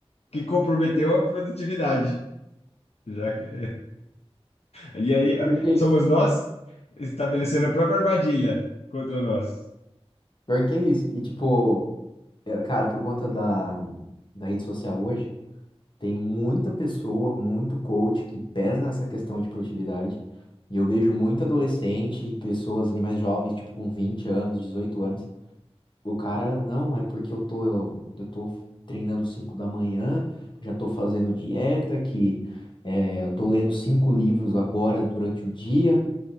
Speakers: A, on the left; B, on the left.
A: que comprometeu a produtividade, já que E aí ah,
B: Porque é
A: somos
B: isso.
A: nós estabelecendo a própria armadilha contra nós.
B: Porque é isso. E, tipo, é, cara, por conta da, da rede social hoje, tem muita pessoa, muito coach que pesa nessa questão de produtividade. E eu vejo muito adolescente e pessoas ali mais jovens, tipo, com 20 anos, dezoito anos, O cara, não, é porque eu tô, eu, eu tô treinando 5 da manhã, já tô fazendo dieta, que é, eu tô lendo cinco livros agora durante o dia,